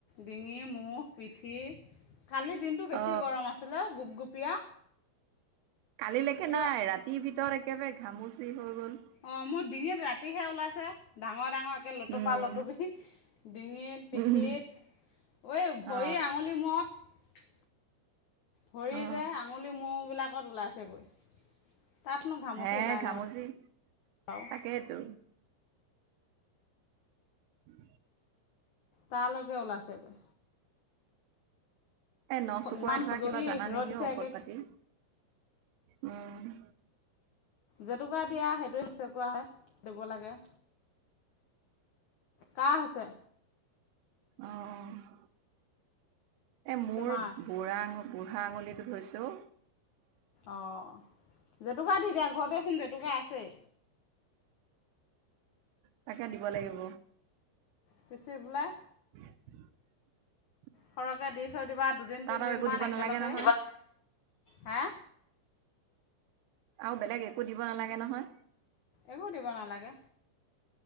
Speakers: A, on the left (about 85°); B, on the right (about 85°).
A: ডিঙি, মুখ, পিঠি কালি দিনটো বেছি
B: অ
A: গৰম আছিলে গোপগুপীয়া
B: কালিলেকে
A: হ'লেও
B: নাই ৰাতিৰ ভিতৰত একেবাৰে ঘামচি হৈ গ'ল
A: অ', মোৰ ডিঙিত ৰাতিহে ওলাইছে ডাঙৰ ডাঙৰকে লতুপা
B: উম
A: লতুবি ডিঙিত পিঠিত
B: উম
A: এই ভৰি
B: অ
A: আঙুলি মূৰত ভৰি
B: অ
A: যে আঙুলি মূৰবিলাকত ওলাইছেগৈ। তাতনো ঘামুচি
B: হে,
A: ওলাই
B: ঘামুচি,
A: নাই বাৰু
B: তাকেইেতো। উম <unintelligible>
A: তালৈকে ওলাইছেগৈ।
B: এ নখ চুকুৱাই
A: ইমান
B: ধৰা
A: খজুৱতি
B: কিবা জানা
A: ৰ'দ
B: নেকি
A: দিছে
B: অ', ঔষধ
A: একে
B: পাতি? উম।
A: জেতুকা দিয়া সেইটোৱে <unintelligible> মসে কৰাহে দিব লাগে কাৰ হৈছে?
B: অ', এ মোৰ
A: তোমাৰ
B: বুঢ়া আঙুলি বুঢ়া আঙুলিটো হৈছে ঔ।
A: অ', জেতুকা দি দিয়া ঘৰতেচোন জেতুকা আছেই।
B: তাকে দিব লাগিব।
A: পিচি পেলাই।
B: <unintelligible>
A: সৰহকে দি থৈ দিবা দুদিন
B: তাত
A: তিনদিনমান
B: আৰু একো দিব
A: একেলগে
B: নালাগে নহয়।
A: হা?
B: আৰু বেলেগ একো দিব নালাগে নহয়।
A: একো দিব নালাগে